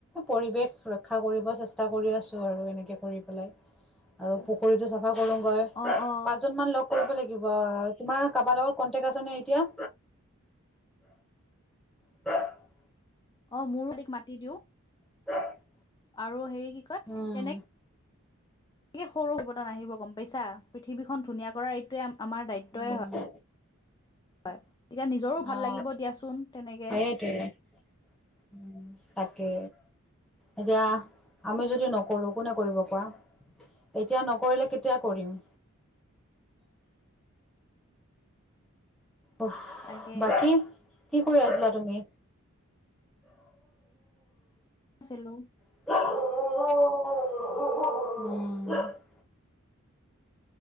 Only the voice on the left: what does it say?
অ অ
অ মোৰো মাতি দিও।
আৰু হেৰি কি কয়
তেনে এ সৰু <unintelligible> আহিব গম পাইছা? পৃথিৱীখন ধুনীয়া কৰাৰ এইটয়ে আমাৰ দায়িত্বয়ই
হয়। হয় এতিয়া নিজৰো
লাগিব দিয়াচোন তেনেকে
তাকে
ছিলো।